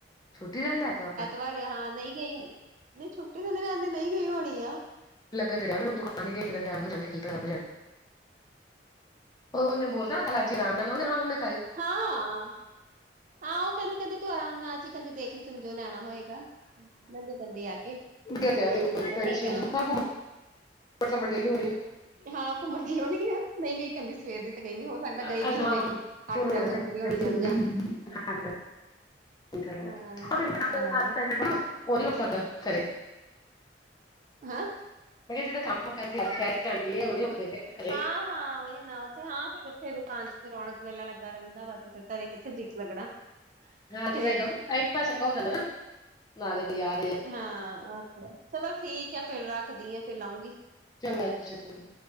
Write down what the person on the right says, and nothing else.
ਬਾਰੇ ਹਾਂ ਨਈ ਗਈ ਹੋ ਨਈ ਛੁੱਟੀ ਤੇ ਨ ਰੈਂਦੀ ਨਈ ਗਈ ਹੋਣੀ ਆ।
ਹਾਂ-ਹਾਂ ਓ ਕੈਂਦੀ-ਕੈਂਦੀ ਤੂੰ ਆਰਾਮ ਨਾਲ ਕਦੀ ਦੇਖ ਲਈ ਚੁਣ ਜੇ ਲੈਣਾ ਹੋਏਗਾ ਲੈ ਲੀ ਕਦੀ ਆ ਕੇ।
ਮੈਂ ਕਿਹਾ ਠੀਕ ਹੈ ਨਾ
ਹਾਂ ਘੁੰਮਣ ਗੀ ਹੋਣੀ ਆ ਨਈ ਗਈ ਕੈਂਦੀ ਸਵੇਰ ਦੀ ਤੇ ਗਈ ਨੀ ਹੋ ਸਕਦਾ
ਗਈ
ਵੀ ਹੋਵੇ।
ਹਾਫ ਟਾਈਮ ਸੁੱਤਣ ਦੀ ਹੋਣੀ ਚੱਲ ਜਾ
ਹਾਂ ਹਾਂ
ਹਾਂ
ਹਾਂ ਹਾਂ ਉਈ ਨਾ ਉੱਥੇ ਹਾਂ ਫਿਰ ਉੱਥੇ ਦੁਕਾਨ 'ਚ ਫਿਰ ਰੌਣਕ ਵੇਲਾ ਲੱਗਾ ਰੈਂਦਾ ਵਾ ਫਿਰ ਘਰੇ ਕਿੱਥੇ ਜੀ ਕ ਲੱਗਣਾ।
ਸਵੇਰ
ਦਾ
ਹਾਂ ਅੱਛਾ ਚਲੋ ਠੀਕ ਐ ਫੇਰ ਰੱਖਦੀ ਆ ਫੇਰ ਲਊਗੀ।